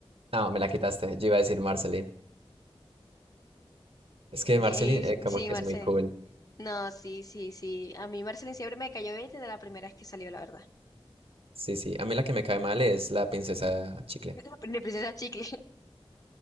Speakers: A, on the right (about 70°); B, on the left (about 35°).
A: No, me la quitaste, yo iba a decir Marceline. Es que
B: Jake,
A: Marceline eh, como
B: sí,
A: que
B: Marceline.
A: es muy cool.
B: No, sí, sí, sí. A mí Marceline siempre me cayó bien desde la primera vez que salió, la verdad.
A: Sí, sí. A mí la que me cae mal es la princesa chicle.
B: <laughs> La princesa Chicle.